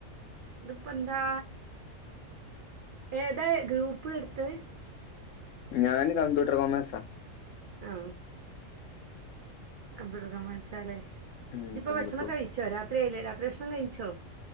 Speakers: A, on the right; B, on the left.
A: ഇതിപ്പം എന്താ ഏതാ ഗ്രൂപ്പ് എടുത്തെ
B: ഞാന് കമ്പ്യൂട്ടർ കോമേഴ്സാ
A: ആ കംമ്പ്യൂട്ടർ കോമേഴ്സാലെ
B: ഉം
A: ജ് ഇപ്പോ
B: കമ്പ്യൂട്ടർ
A: ഭക്ഷണം കഴിച്ചോ രാ രാത്രിയായില്ലേ രാത്രി ഭക്ഷണം കഴിച്ചോ